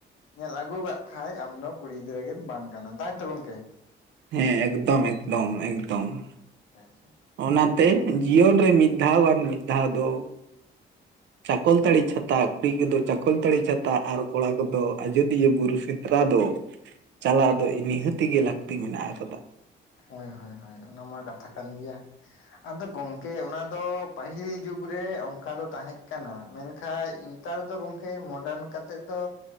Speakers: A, on the left; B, on the right.
A: ᱧᱮᱞ ᱟᱹᱜᱩ ᱟᱠᱟᱫ ᱠᱷᱟᱡ ᱟᱢᱫᱚ ᱠᱩᱲᱤ ᱜᱤᱫᱽᱨᱟᱹ ᱜᱮᱢ ᱵᱟᱝ ᱠᱟᱱᱟ, ᱛᱟᱭᱛᱚ ᱜᱚᱝᱠᱮ?
B: ᱦᱮᱸ ᱮᱠᱫᱚᱢ ᱮᱠᱫᱚᱢ ᱮᱠᱫᱚᱢ ᱾
A: ᱟᱪᱪᱷᱟ ᱾
B: ᱚᱱᱟᱛᱮ ᱡᱤᱭᱚᱱ ᱨᱮ ᱢᱤᱫ ᱫᱷᱟᱣ ᱵᱟᱝ ᱢᱤᱫ ᱫᱷᱟᱣ ᱫᱚ
A: <unintelligible>
B: ᱪᱟᱠᱚᱞᱛᱟᱹᱲᱤ ᱪᱷᱟᱛᱟ ᱠᱩᱲᱤ ᱠᱚᱫᱚ ᱪᱟᱠᱚᱞᱛᱟᱹᱲᱤ ᱪᱷᱟᱛᱟ ᱟᱨ ᱠᱚᱲᱟ ᱠᱚᱫᱚ ᱟᱡᱳᱫᱤᱭᱟᱹ ᱵᱩᱨᱩ ᱥᱮᱸᱫᱽᱨᱟ ᱫᱚ ᱪᱟᱞᱟᱣ ᱫᱚ ᱱᱤᱦᱟᱹᱛᱤ ᱜᱮ ᱞᱟᱹᱠᱛᱤ ᱢᱮᱱᱟᱜ ᱟᱠᱟᱫᱟ ᱾
A: ᱦᱳᱭ ᱦᱳᱭ ᱦᱳᱭ ᱚᱱᱟᱢᱟ ᱠᱟᱛᱷᱟ ᱠᱟᱱ ᱜᱮᱭᱟ ᱾ ᱟᱫᱚ ᱜᱚᱝᱠᱮ ᱚᱱᱟ ᱫᱚ ᱯᱟᱹᱦᱤᱞ ᱡᱩᱜᱽ ᱨᱮ ᱚᱱᱠᱟ ᱫᱚ ᱛᱟᱦᱮᱸ ᱠᱟᱱᱟ, ᱢᱮᱱᱠᱷᱟᱡ ᱱᱮᱛᱟᱨ ᱫᱚ ᱜᱚᱢᱠᱮ ᱢᱚᱰᱟᱨᱱ ᱠᱟᱛᱮᱫ ᱫᱚ